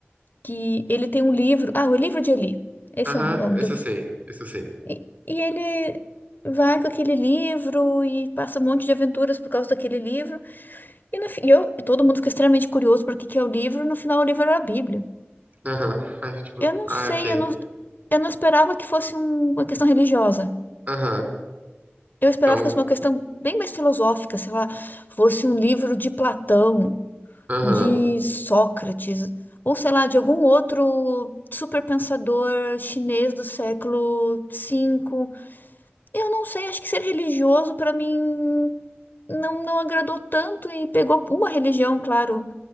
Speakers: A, on the left (about 50°); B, on the right (about 45°).
A: que ele tem um livro. Ah, o livro de Eli. Esse
B: Aham,
A: é o nome
B: esse
A: do.
B: eu sei, esse eu sei.
A: E, e ele vai com aquele livro e passa um monte de aventuras por causa daquele livro. E, no, fi- e eu, e todo mundo fica extremamente curioso para o que que é o livro. E no final, o livro era a Bíblia.
B: Aham, é, tipo,
A: Eu não
B: ah,
A: sei,
B: ok.
A: eu não, eu não esperava que fosse um- uma questão religiosa.
B: Aham,
A: Eu esperava
B: então,
A: que fosse uma questão bem mais filosófica, sei lá, fosse um livro de Platão,
B: aham,
A: de Sócrates, ou sei lá, de algum outro superpensador chinês do século cinco Eu não sei, acho que ser religioso para mim não, não agradou tanto e pegou uma religião, claro,